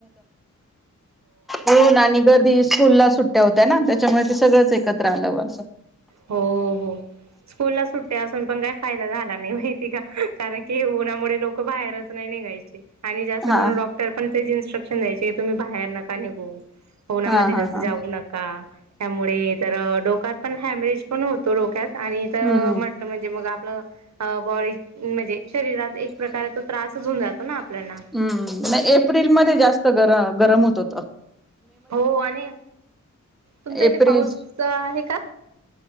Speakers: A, in the centre; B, on the right (about 60°).
A: हो ना नी गर्दी स्कूलला सुट्ट्या होत्या ना त्याच्यामुळे ते सगळंच एकत्र आलं वा असं.
B: हो - हो स्कूलला सुट्ट्या असून पण काही फायदा झाला नाही माहिती का कारण की ऊन्हामुळे लोकं बाहेरच नाही निघायचे. आणि जास्त
A: हा
B: करू डॉक्टर पण तेच इन्स्ट्रक्शन द्यायचे तुम्ही बाहेर नका निघू. उन्हामध्ये
A: हा हा
B: जास्स
A: हा
B: जाऊ नका. त्यामुळे तर अ डोक्यात पण हॅम्रेज पण होतो डोक्यात आणि तर
A: हम्म हम्म
B: म्हटलं म्हणजे मग आप पल अं बॉडी म्हणजे शरीरात एक प्रकारे तो त्रासच होऊन जातो ना आपल्याना.
A: हम्म नाही एप्रिल मध्ये जास्त गर गरम होतं त
B: हो आणि तुमचा इथे
A: एप्रिल
B: पाऊस्स आहे का?